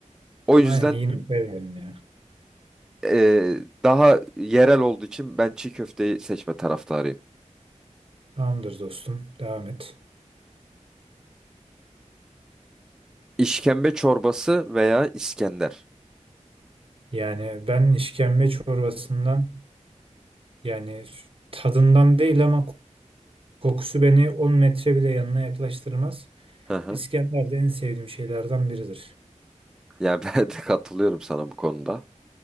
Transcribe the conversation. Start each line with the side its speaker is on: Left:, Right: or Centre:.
Centre: O yüzden
Right: Aynen iyi noktaya değindin ya.
Centre: e, daha yerel olduğu için ben çiğ köfteyi seçme taraftarıyım.
Right: Tamamdır dostum, devam et.
Centre: İşkembe çorbası veya İskender.
Right: Yani ben işkembe çorbasından yani tadından değil ama kokusu beni 10 metre bile yanına yaklaştırmaz.
Centre: Hı hı.
Right: İskender de en sevdiğim şeylerden biridir.
Centre: Yani <laughs> ben de katılıyorum sana bu konuda.